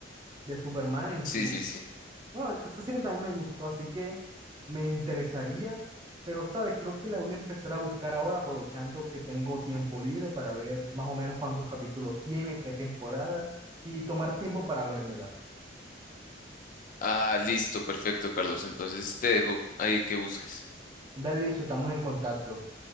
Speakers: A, on the right (about 25°); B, on the left (about 45°).
A: de Superman en
B: sí,
A: su...
B: sí, sí.
A: Bueno, esa serie también me gustó, así que me interesaría. Pero, ¿sabes? Creo que la voy a empezar a buscar ahora, aprovechando que tengo tiempo libre para ver más o menos cuántos capítulos tiene, qué temporada y tomar tiempo para vérmela.
B: Ah, listo, perfecto, Carlos. Entonces te dejo ahí que busques.
A: Dale, listo, estamos en contacto.